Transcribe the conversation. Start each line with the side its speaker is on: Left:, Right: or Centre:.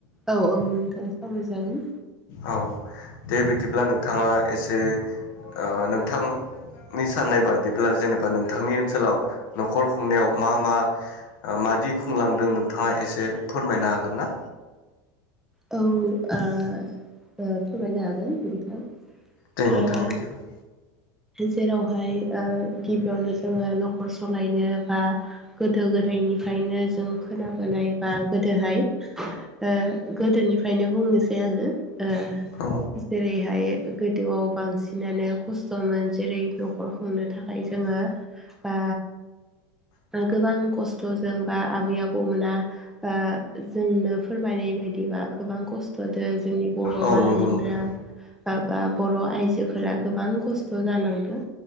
Centre: औ औ नोंथां सावरायजागोन।
Left: औ दे बिदिब्ला नोंथाङा एसे ओ नोंथां -नि साननाय बादिब्ला जेनेबा नोंथांनि ओनसोलाव न'खर खुंनायाव मा मा मा बादि खुंलांदों नोंथाङा एसे फोरमायनो हागोन ना?
Centre: औ आ। फोरमायनो हागोन नोंथां
Left: दे नोंथां
Centre: आ
Left: बिदिब्ला
Centre: जेरावहाय ओ गिबियावनो जोङो न'खर सलायनो बा गोदो गोदायनिफ्रायनो जों खोनाबोनाय बा गोदोहाय ओ गोदोनिफ्रायनो बुंनोसै आङो ओ
Left: औ
Centre: जेरैहाय गोदोआव बांसिनानो खस्थ' मोन जेरै न'खर खुंनो थाखाय जोङो बा गोबां खस्थ'जों बा आबै आबौमोना आ जोंनो फोरमायनाय बायदिबा गोबां खस्थ'दो जोंनि बर'
Left: औ
Centre: माहारिफोरा
Left: नंगौ नोंथां
Centre: बा बर' आइजो -फोरा गोबां खस्थ' जानांदों